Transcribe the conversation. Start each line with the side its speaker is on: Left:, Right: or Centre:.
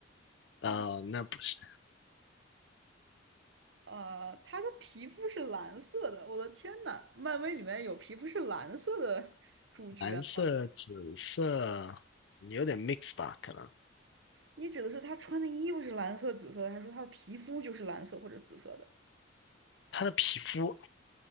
Right: 嗯，
Left: 呃，那不是
Right: 呃，他的皮肤是蓝色的，我的天呐，漫威里面有皮肤是蓝色的主角吗
Left: 蓝色、紫色，有点 mix 吧？可能
Right: 你指的是他穿的衣服是蓝色、紫色的，还是说他的皮肤就是蓝色或者紫色的？
Left: 它的皮肤，